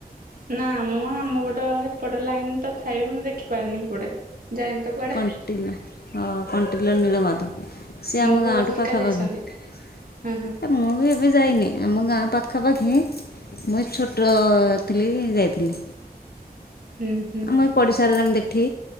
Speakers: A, on the right; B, on the left.
A: ନା ମୁଁ ଆମ ପଟ ହେପଟ ଲାଇନ ତଥାପି ମୁଁ ଦେଖିପାରିନି ସେପଟେ ଯାଇନି ତ କୁଆଡେ
B: କଣ୍ଟିଲ ହଁ କଣ୍ଟିଲ ନୀଳମାଧବ ସିଏ
A: ମୋ
B: ଆମ
A: ବୋଉ
B: ଗାଁଠୁ
A: ହରିକା
B: ପାଖାପାଖି।
A: ଯାଇଛନ୍ତି ହଁ ହଁ
B: ମୁଁ ବି ଏବେ ଯାଇନି ଆମ ଗାଁ ପାଖାପାଖି ମୁଁ ଛୋଟ ଥିଲି ଯାଇଥିଲି।
A: ହୁଁ ହୁଁ।
B: ମୁ ଏଇ ପଡ଼ିସା ଘର ଜଣେ ଜେଠି